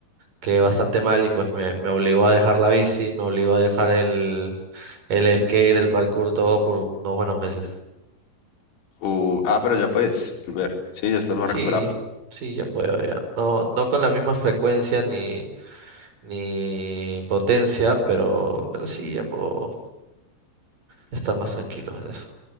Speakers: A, on the right (about 45°); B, on the left (about 85°).
A: que bastante mal y pues me, me obligó a dejar la bici, me obligó a dejar el, el skate, el parkour, todo por unos buenos meses.
B: Uh, ah, pero ya puedes volver. Sí, ya estás más
A: Sí,
B: recuperado.
A: sí, ya puedo, ya. No, no con la misma frecuencia ni, ni potencia, pero, pero sí, ya puedo estar más tranquilo en eso.